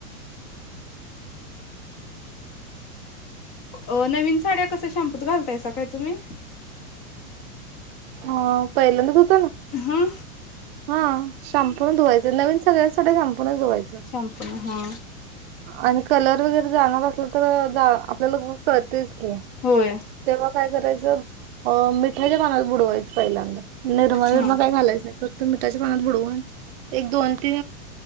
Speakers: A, on the left (about 30°); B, on the right (about 45°).
A: अं नवीन साड्या कस शॅम्पूत घालतायसा काय तुम्ही?
B: हा पहिल्यांदा धूत
A: हां
B: हा शाम्पू तुन धुवायचं नवीन सगळ्या <unintelligible> साड्या शॅम्पू न धुवायचं
A: शॅम्पून हा
B: आणि कलर वगैरे जाणार असलं तर जा आपल्याला बघून कळतंय की ओके
A: होय
B: तर मग काय करायचं? मिठाच्या पाण्यात बुडवायचं. पहिल्यांदा निर्मा बिरमा
A: हा
B: काय घालायच नाही. त्याच पाण्यात बुडवू एक दोन ते